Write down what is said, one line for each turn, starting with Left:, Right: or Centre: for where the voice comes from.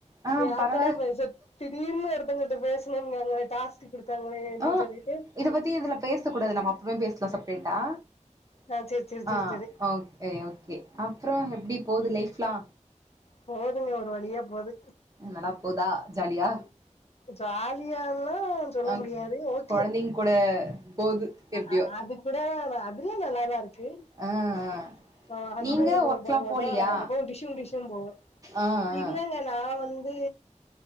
Right: ஆ
Left: யார்ட்டடா
Right: பரவா
Left: பேசர்த் திடீர்னு ஒருத்தவங்கிட்ட பேசணும்னாங்க டாஸ்க் குடுத்தாங்களே அப்படின்னு
Right: ஆ
Left: சொல்லிட்டு
Right: இத பத்தி இதுல பேசக் கூடாது நம்ம அப்றமா பேசலா செப்ரேட்டா
Left: ஆ சேரி சேரி
Right: ஆ
Left: சேரி சேரி
Right: ஓகே செரி ஓகே அப்புறம் எப்படி போகுது லைஃப்லா
Left: போதுங்க ஒரு வழியா போது
Right: நல்லதா போதா ஜாலியா
Left: ஜாலியால்லா சொல்ல
Right: அ
Left: முடியாது ஓகே
Right: கொழந்தைங்க கூட போது எப்டியோ
Left: அஅ அது கூட நா அதுவு நல்லாதா இருக்கு
Right: ஆ ஆ
Left: அ ஹஸ்பண்ட்
Right: நீங்க
Left: கூட
Right: ஒர்க்லா
Left: போம்போதா
Right: போலியா
Left: எப்பயு டிஷும் டிஷும் போவோ
Right: ஆ ஆ
Left: இல்லங்க நா வந்து